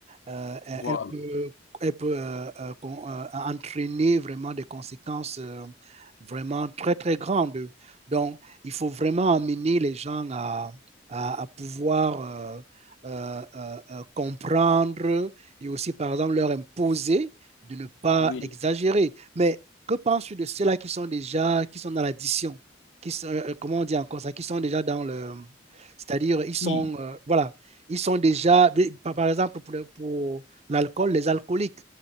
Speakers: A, on the right; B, on the left.
A: Euh, elle
B: Voilà.
A: peut, elle peut euh, euh, con- euh, entraîner vraiment des conséquences euh, vraiment très, très grandes. Donc, il faut vraiment amener les gens à, à, à pouvoir euh, euh, euh, euh, comprendre et aussi, par exemple, leur imposer de ne pas
B: Oui.
A: exagérer. Mais que penses-tu de ceux-là qui sont déjà, qui sont dans l'addition, qui sont, euh, comment on dit encore ça, qui sont déjà dans le, c'est-à-dire, ils sont,
B: Qui?
A: euh, voilà ils sont déjà, par par exemple, pour, le- pour l'alcool, les alcooliques,